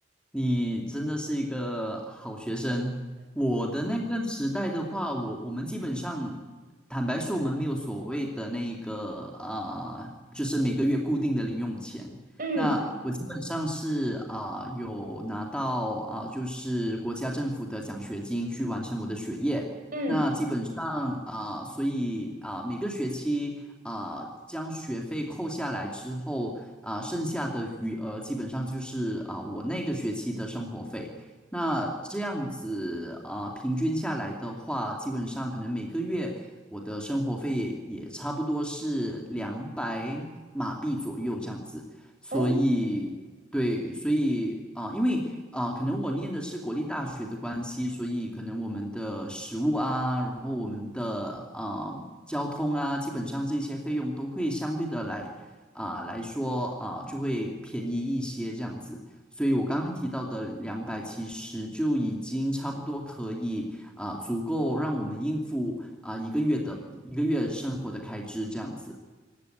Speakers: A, in the centre; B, on the right.
A: 你真的是一个好学生。我的那个时代的话，我我们基本上，坦白说，我们没有所谓的那个啊、呃就是每个月固定的零用钱。
B: 嗯
A: 那我基本上是啊、有拿到啊、就是国家政府的奖学金去完成我的学业。
B: 嗯，
A: 那基本上啊、所以啊、每个学期啊、将学费扣下来之后啊、剩下的余额基本上就是啊、我那个学期的生活费。那这样子啊、平均下来的话，基本上可能每个月我的生活费也差不多是两百马币左右这样子。所以，
B: 哦，
A: 对，所以啊、因为啊、可能我念的是国立大学的关系，所以可能我们的食物啊，然后我们的啊、交通啊，基本上这些费用都会相对的来啊、来说啊、就会便宜一些这样子。所以我刚刚提到的两百，其实就已经差不多可以啊、足够让我们应付啊、一个月的一个月生活的开支这样子。